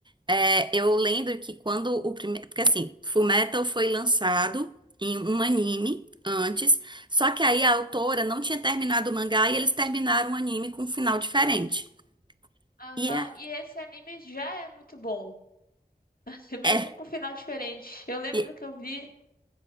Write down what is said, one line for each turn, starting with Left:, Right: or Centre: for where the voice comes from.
Right: É, eu lembro que quando o primeiro. Porque assim, Fullmetal foi lançado em um anime antes, só que aí a autora não tinha terminado o mangá e eles terminaram o anime com um final diferente.
Left: Aham,
Right: E é.
Left: e esse anime já é muito bom. <laughs> Mesmo
Right: É.
Left: com final diferente. Eu lembro
Right: E,
Left: que eu vi.